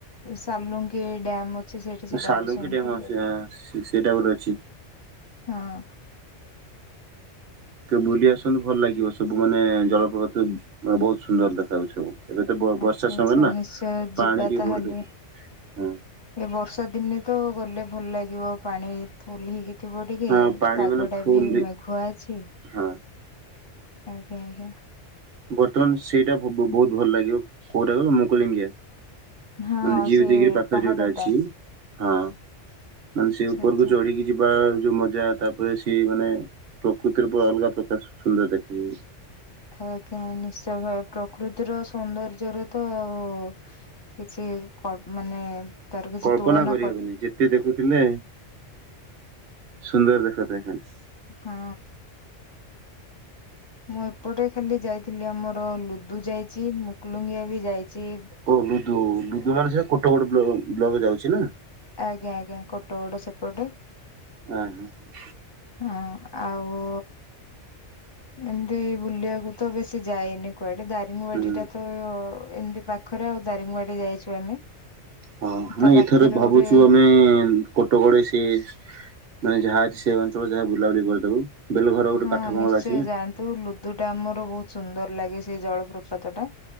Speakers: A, on the left; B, on the right.
A: ସାଲୁଙ୍କି ଡ୍ୟାମ ଅଛି। ସେଇଠି ସେଇଟା
B: ସାଲୁଙ୍କି
A: ଗୋଟେ ଶୁଣିଥିଲି।
B: ଡ୍ୟାମ୍ ସେଇଟା ଗୋଟେ ଅଛି।
A: ହଁ।
B: ଟିକେ ବୁଲି ଆସନ୍ତୁ ଭଲ ଲାଗିବ ସବୁ ମାନେ ଜଳପ୍ରପାତ ବହୁତ ସୁନ୍ଦର ଦେଖାଯାଉଚି ସବୁ। ଏବେ ତ
A: ଆଚ୍ଛା
B: ବର୍ଷା
A: ଆଚ୍ଛା
B: ସମୟରେ ନା
A: ନିଶ୍ଚୟ ଯିବା
B: ପାଣି ଟିକେ
A: ତାହେଲେ
B: ବଢୁଥିବ ହଁ।
A: ଏ ବର୍ଷା ଦିନେ ତ ଗଲେ ଭଲ ଲାଗିବ ପାଣି ଫୁଲ୍ ହେଇକି। ଥିବ ଟିକେ,
B: ହଁ ପାଣି
A: ପାଗ
B: ମାନେ
A: ଟା
B: ଫୁଲ
A: ବି ମେଘୁଆ ଅଛି।
B: ହଁ
A: ଆଜ୍ଞା ଆଜ୍ଞା।
B: ବର୍ତ୍ତମାନ ସେଇଟା ବହୁତ ଭଲ ଲାଗିବ, କୋଉଟା କ ମୁଁ କଲିଙ୍ଗିଆ।
A: ହଁ
B: ମାନେ ଯିଏ
A: ସେ
B: ବି ଦେଇକିରି ପାଖରେ
A: ପାହାଡ଼ଟା
B: ଯୋଉଟା ଅଛି ହଁ ମାନେ ସେ
A: ଆଚ୍ଛା
B: ଉପରକୁ
A: ଆଚ୍ଛା।
B: ଚଢିକି। ଯିବା ଯୋଉ ମଜା ତାପରେ ସି ମାନେ ପ୍ରକୃତିର ପୁରା ଅଲଗା ପ୍ରକାର ସୁନ୍ଦର ଦେଖାଯିବ।
A: ଆଜ୍ଞା, ନିଶ୍ଚୟ ଭ ପ୍ରକୃତିର ସୌନ୍ଦର୍ଯ୍ୟରେ ତ ଆଉ। କିଛି ମାନେ। ତାର କିଛି
B: କଳ୍ପନା
A: ତୁଳନା
B: କରିହବନି ଯେତେ ଦେଖୁଥିଲେ ସୁନ୍ଦର ଦେଖାଯାଏ ଖାଲି।
A: ହଁ। ମୁଁ ଏପଟେ ଖାଲି ଯାଇଥିଲି ଆମର ଲୁଦୁ ଯାଇଚି, ମୁଗୁଲୁଙ୍ଗିଆ ବି ଯାଇଚି।
B: ଓ ଲୁଦୁ, ଲୁଦୁ ମାନେ ସେ କୋଟଗଡ ବ୍ଲକ ରେ ଯାଉଚି ନା।
A: ଆଜ୍ଞା ଆଜ୍ଞା, କୋଟଗଡ ସେପଟେ।
B: ହଁ ହଁ।
A: ହଁ ଆଉ। ଏମିତି ବୁଲିବାକୁ ତ ବେଶୀ ଯାଏନି କୁଆଡେ ଦା। ଦାରିଙ୍ଗବାଡି
B: ହୁଁ।
A: ଟା ତ ଏମତି ପାଖରେ ଆଉ ଦାରିଙ୍ଗବାଡି ଯାଇଚୁ ଆମେ।
B: ହଁ,
A: ତା
B: ନାଇ
A: ପାଖରେ
B: ଏଥର ଭାବୁଚୁ
A: ଗୋଟେ
B: ଆମେ। କୋଟଗଡ ସେ ମାନେ ଯାହା ଅଛି ସେ ଅଞ୍ଚଳରେ ଯାହା ବୁଲାବୁଲି କରିଦବୁ। ବେଲଘର ଗୋଟେ
A: ହଁ,
B: କାଠ ବଙ୍ଗଳା
A: ନିଶ୍ଚୟ
B: ଅଛି ନା
A: ଯାଆନ୍ତୁ ଲୁଦୁ ଟା ଆମର ବହୁତ ସୁନ୍ଦର ଲାଗେ ସେ ଜଳପ୍ରପାତ ଟା।